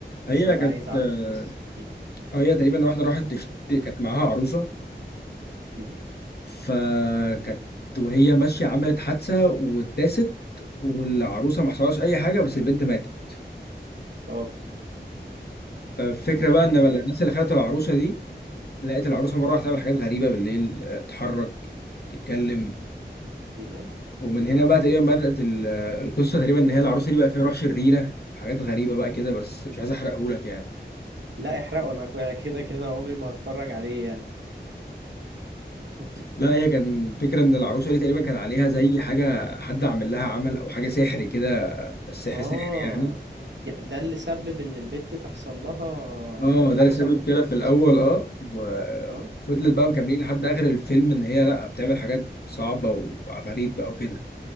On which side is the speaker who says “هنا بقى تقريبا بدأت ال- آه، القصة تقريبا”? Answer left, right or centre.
Left